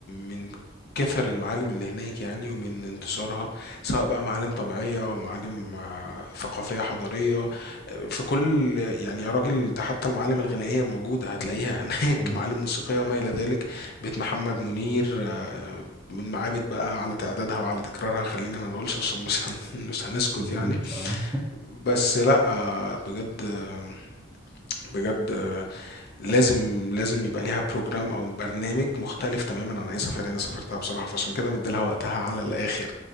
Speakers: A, on the left; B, in the centre.
A: من كثر المعالم اللي هناك يعني ومن انتشارها سواء بقى معالم طبيعية او معالم آه، ثقافية حضارية آه، في كل يعني يا راجل ده حتى المعالم الغنائية موجودة هتلاقيها <laughs> هناك
B: أيوة،
A: معالم موسيقية وما الى ذلك بيت محمد منير آه، من معابد بقى على تعدادها وعلى تكرارها خلينا ما نقولش عشان مش هن- <laughs> مش هنسكت
B: هتخلص
A: يعني
B: اه
A: بس لا آه، بجد آه، بجد لازم لازم يبقى ليها بروجرام او برنامج مختلف تماما عن اي سفرية انا سافرتها بصراحة فعشان كده مديلها وقتها على الاخر